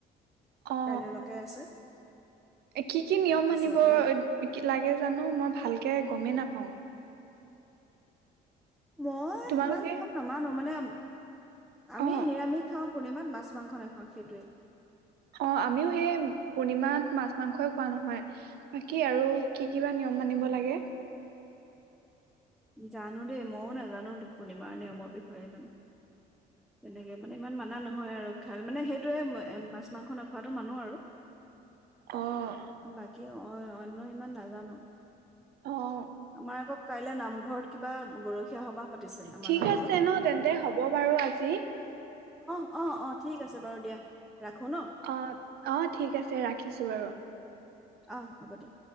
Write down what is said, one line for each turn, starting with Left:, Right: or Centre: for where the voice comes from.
Right: অ
Centre: কাইলৈলৈকে আছে।
Right: কি কি নিয়ম
Centre: তাৰপিছতে
Right: মানিব লাগে জানো মই ভালকে গমেই নাপ অ।
Centre: মই
Right: তোমালোকে
Centre: ইমান নিয়ম নামানো। মানে আমি
Right: অ
Centre: নিৰামিষ খাওঁ। পূৰ্ণিমাত মাছ-মাংস নেখাওঁ সেইটোৱে।
Right: অ', আমিও সেই পূৰ্ণিমাত মাছ -মাংস য়ে খোৱা নহয়। বাকী আৰু কি, কি বা নিয়ম মানিব লাগে?
Centre: জানো দেই ময়ো নাজানো পূৰ্ণিমাৰ নিয়মৰ বিষয়ে ইমান, তেনেকে মানে ইমান মানা নহয় আৰু খায় মানে সেইটোৱে মাছ মাংস নখোৱাটো মানো আৰু।
Right: অ',
Centre: বাকী অ' অ', অন্য ইমান নাজানো।
Right: অ',
Centre: আমাৰ আকৌ কাইলৈ নাম ঘৰত কিবা গৰখীয়া সবাহ আমাৰ
Right: ঠিক
Centre: নামঘৰত।
Right: আছে ন তেন্তে হ'ব বাৰু আজি।
Centre: অ', অ', ঠিক আছে বাৰু দিয়া ৰাখো ন?
Right: অ', অ', ঠিক আছে ৰাখিছো বাৰু।
Centre: অ', হ'ব দিয়া।